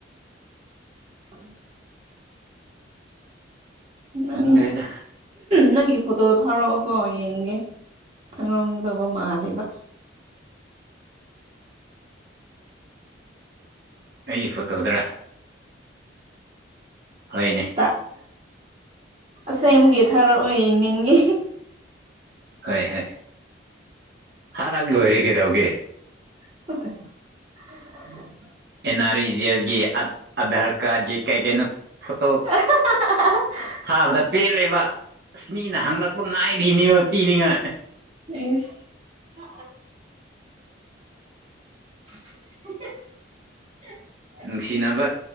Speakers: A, on the right (about 30°); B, on the right (about 55°).
A: <unintelligible> ꯅꯪ
B: ꯈꯪꯗꯔꯦꯗ
A: ꯅꯪꯒꯤ ꯐꯣꯇꯣ ꯊꯥꯔꯛꯑꯣꯀꯣ ꯌꯦꯡꯒꯦ ꯈꯪꯂꯝꯒꯗꯧꯕ ꯃꯥꯜꯂꯦꯕ
B: ꯑꯩꯒꯤ ꯐꯣꯇꯣꯗꯔꯥ ꯍꯣꯏꯅꯦ
A: <unintelligible> ꯑꯁꯦꯡꯕꯒꯤ ꯊꯥꯔꯛꯑꯣ ꯌꯦꯡꯅꯤꯡꯉꯤ
B: ꯍꯣꯏ ꯍꯣꯏ ꯊꯥꯔꯛ ꯂꯣꯏꯔꯦ ꯀꯩꯗꯧꯒꯦ
A: <unintelligible>
B: ꯑꯦꯅꯔꯤꯖꯦꯜꯒꯤ ꯑꯙꯥꯔ ꯀꯥꯔꯗꯒꯤ ꯀꯩꯀꯩꯅꯣ ꯐꯣꯇꯣ
A: <unintelligible>
B: ꯊꯥꯕꯗ ꯄꯦꯜꯂꯦꯕ ꯑꯁ ꯃꯤꯅ ꯍꯪꯂꯛꯄ ꯉꯥꯏꯔꯤꯅꯤꯕ ꯄꯤꯅꯤꯉꯥꯏ
A: ꯏꯁ <unintelligible>
B: ꯅꯨꯡꯁꯤꯅꯕ